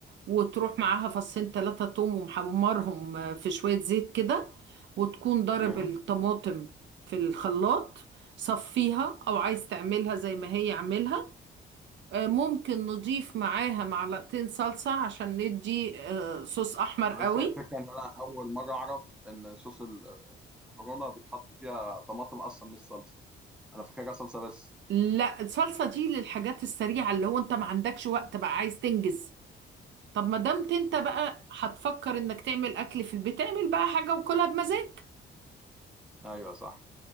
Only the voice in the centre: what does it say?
مم.
انا
بس هي الفكره ان انا اول مره اعرف ان صوص ال- المكرونه بيتحط فيها طماطم اصلا مش صلصه انا فاكرها صلصه بس
ايوه صح